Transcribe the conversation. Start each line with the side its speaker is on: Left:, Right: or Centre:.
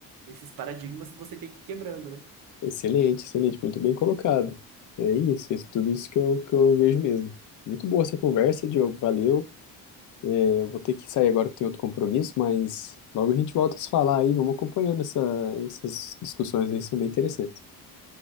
Right: esses paradigmas que você tem que ir quebrando, né?
Left: Excelente, excelente, muito bem colocado. É isso, é isso tudo isso que eu, que eu vejo mesmo. Muito boa essa conversa, Diogo, valeu. É, Eu vou ter que sair agora que tem outro compromisso, mas logo a gente volta a se falar aí, vamos acompanhando essa- essas discussões aí, são bem interessantes.